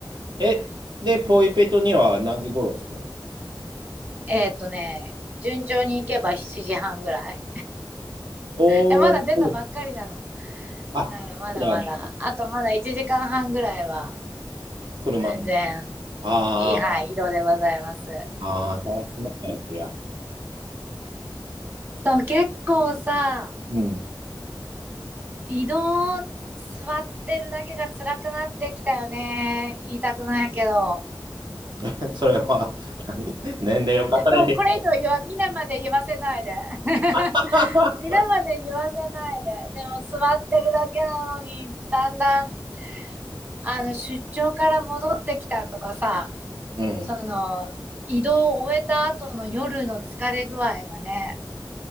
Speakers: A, on the right; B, on the right.
A: え、で、ポイペトには何時頃着くの
B: えーっとね、順調に行けば7時半ぐらい。
A: おお、
B: え、まだ出たばっかりなの。
A: あ、
B: ならまだまだ。
A: そうなんだ。
B: あとまだ1時間半ぐらいは、
A: 車の。
B: 全然、
A: あー
B: いい、はい、移動でございます。
A: あー、大変だね、そりゃ。
B: そう、結構さ、
A: うん。
B: 移動、座ってるだけが辛くなってきたよね。言いたくないけど。
A: <laughs> それは、何年齢を重ねてきて。
B: もうこれ以上言わ、皆まで言わせないで <laughs>。
A: <laughs>
B: 皆まで言わせないで。でも座ってるだけなのに、だんだん、あの、出張から戻ってきたとかさ、
A: うん。
B: その、移動を終えた後の夜の疲れ具合がね、